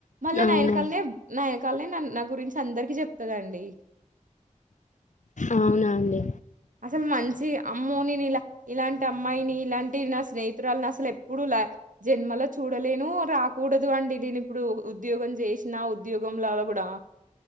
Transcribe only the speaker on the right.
మళ్ళా
నాయనకాలనే నాయనకాలనే నా గురించి అందరికి చెప్తందండి
అసలు మంచి అమ్మోని ఇలా ఇలాంటి అమ్మాయిని ఇలాంటి నా స్నేహితురాళని అసలు ఎప్పుడుూ లా జన్మలో చూడలేను రాకూడదు అండి నేను ఇప్పుడు ఉద్యోగం చేసినా ఉద్యోగంలోలా ప్యుడా